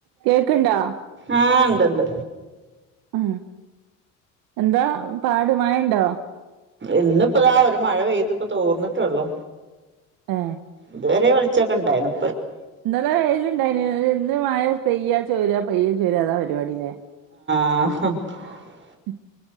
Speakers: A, on the right; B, on the right.
A: കേക്കണ്ടാ
B: ആഹ് ഇണ്ട്ണ്ട്
A: ആ എന്താ പാട് മഴയുണ്ടോ
B: ഇന്ന്പ്പോതാ ഒരു മഴ പെയ്ത് ഇപ്പോ തോർന്നിട്ടള്ളു
A: ഏ
B: ഇതുവരെ ഉച്ചൊക്കെ ഉണ്ടായിരുന്നു
A: ഇന്നല്ല വെയിലുണ്ടായിനി ഇന്ന് മഴ പെയ്യ ചോരാ പയ്യ ചോര അതാ പരിപാടില്ലേ
B: ആഹ
A: ഉ